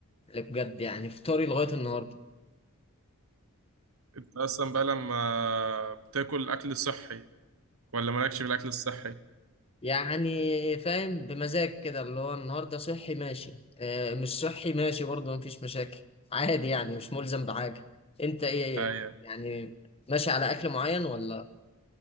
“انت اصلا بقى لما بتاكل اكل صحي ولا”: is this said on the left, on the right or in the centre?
Right